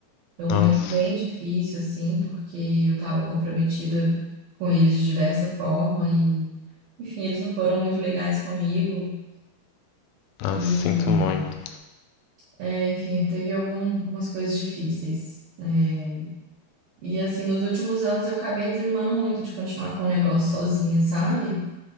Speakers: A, on the right; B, on the left.
A: foi um momento
B: Nossa,
A: bem difícil assim, porque eu estava comprometida com eles de diversa forma e enfim, eles não foram muito legais comigo
B: nossa,
A: e
B: sinto muito.
A: é, enfim, teve algum- algumas coisas difíceis. é, E assim, nos últimos anos eu acabei desanimando muito de continuar com o negócio sozinha, sabe?